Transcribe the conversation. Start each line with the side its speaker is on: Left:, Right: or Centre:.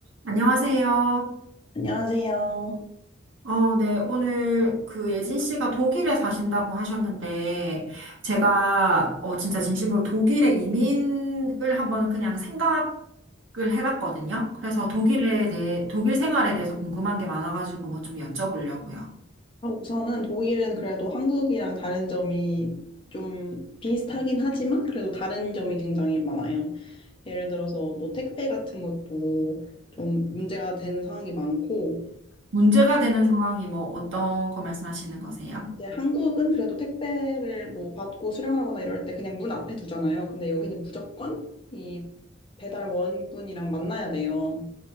Right: 안녕하세요.
Left: 안녕하세요.
Right: 어, 네, 오늘 그 예진 씨가 독일에 사신다고 하셨는데, 제가 어, 진짜 진심으로 독일에 이민을 한번 그냥 생각을 해봤거든요. 그래서 독일에 대해, 독일 생활에 대해서 궁금한 게 많아가지고 뭐 좀 여쭤보려고요.
Left: 아, 우선은 독일은 그래도 한국이랑 다른 점이 좀 비슷하긴 하지만 그래도 다른 점이 굉장히 많아요. 예를 들어서 뭐 택배 같은 것도 좀 문제가 되는 상황이 많고
Right: 문제가 되는 상황이 뭐 어떤 거 말씀하시는 거세요?
Left: 이제 한국은 그래도 택배를 뭐 받고 수령하거나 이럴 때 그냥 문 앞에 두잖아요. 근데 여기는 무조건 이 배달원분이랑 만나야 돼요.